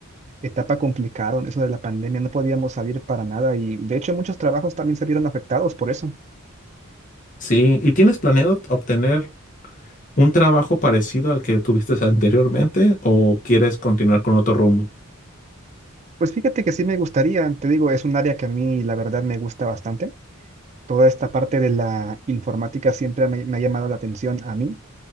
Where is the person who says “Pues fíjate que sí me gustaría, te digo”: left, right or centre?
Right